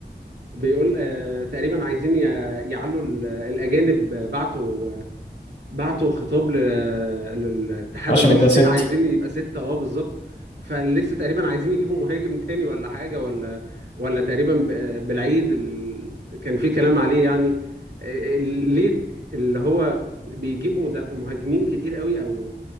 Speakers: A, on the right; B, on the left.
A: بيقول آه تقريبا عايزين ي- يعلوا ال- الاجانب بعتوا بعتوا خطاب ل- للاتحاد
B: عشان
A: المصري
B: يبقى ست
A: عايزين يبقى ستة اه بالظبط فلسه تقريبا عايزين يجيبوا مهاجم تاني ولا حاجة ولا ولا تقريبا ب- بالعيد ال... كان في كلام عليه يعني ال- ليه اللي هو بيجيب مد- مهاجمين كتير قوي او